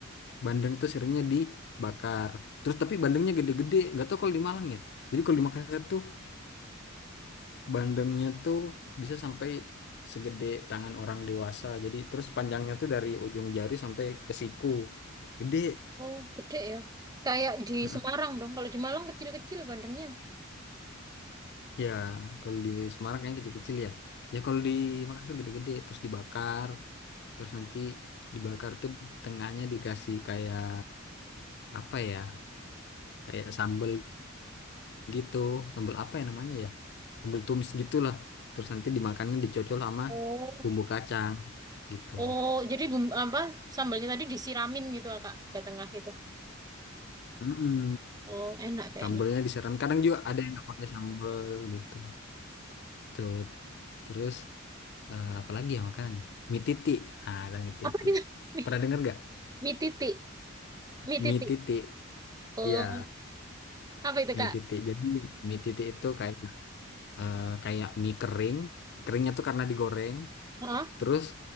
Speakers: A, on the left; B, on the right.
A: bandeng tuh seringnya dibakar. Terus tapi bandengnya gede-gede, nggak tahu kalau di Malang ya. Jadi kalau di Makassar tuh Bandengnya tuh bisa sampai segede tangan orang dewasa. Jadi terus panjangnya tuh dari ujung jari sampai ke siku. Gede.
B: Oh, gede ya. Kayak di
A: Mm-mm.
B: Semarang dong. Kalau di Malang kecil-kecil bandengnya.
A: Ya, kalau di Semarang yang kecil-kecil ya. Ya kalau di Makassar gede-gede terus dibakar, terus nanti dibakar tuh tengahnya dikasih kayak apa ya? Kayak sambel gitu. Sambel apa ya namanya ya? Sambel tumis gitulah. Terus nanti dimakannya dicocol sama
B: Oh.
A: bumbu kacang gitu.
B: Oh, jadi bumbu, apa sambalnya tadi disiramin gitu, ah, Kak, ke tengah gitu.
A: Mm-mm.
B: Oh, enak kayaknya.
A: Sambelnya disiram. Kadang juga ada yang nggak pakai sambel gitu. Tuh. Terus eh, apa lagi ya makanannya? Mie titik. Ah, ada mie titik.
B: Apa gitu? <laughs> Mie,
A: Pernah dengar nggak?
B: mie titik. Mie titik.
A: Mie titik.
B: Oh,
A: Iya,
B: apa itu,
A: mie
B: Kak?
A: titik. Jadi mie titik itu kayak eh, kayak mie kering. Keringnya tuh karena digoreng.
B: Hah?
A: Terus